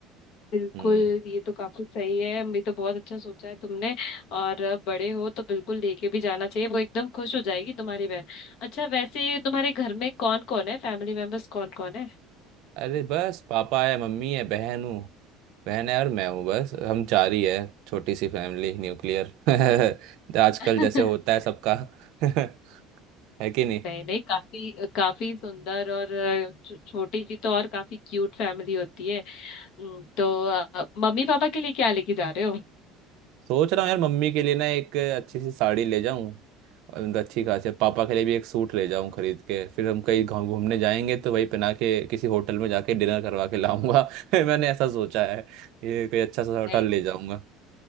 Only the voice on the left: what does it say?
बिल्कुल
ये तो काफी सही है मैं तो बहुत अच्छा सोचा है तुमने और बड़े हो तो बिल्कुल लेके भी जाना चाहिए वो एकदम खुश हो जाएगी तुम्हारी बहन अच्छा वैसे तुम्हारे घर में कौन कौन है फैमिली मेंबर्स कौन कौन है
<laughs>
नहीं नहीं काफी काफी सुंदर और अ, छो- छोटी सी तो और काफी क्यूट फैमिली होती है हम्म, तो अ, मम्मी पापा के लिए क्या लेके जा रहे हो
नहीं,